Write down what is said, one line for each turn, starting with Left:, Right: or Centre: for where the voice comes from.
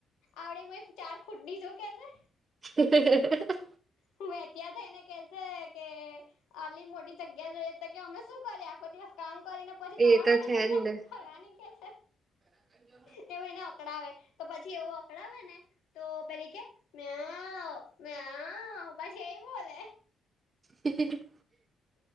Left: આવડી ચાર ફૂટ ની જો કે છે.
Right: હ.
Left: હું ત્યાં થઈને કે છે કે આલી મોટી જગ્યા જોઈએ તો કે અમે શું કર્યા દિવસ કામ કરીને પછી તમારા
Right: એ તો
Left: માટે
Right: છે
Left: જગ્યા
Right: જ ને
Left: કરવાની કે છે.
Right: <inaudible>
Left: તેવું એને અકડાવે તો પછી એવું અકડાવે ને તો પેલી કે મે મે હ પછી એ બોલ.
Right: હ.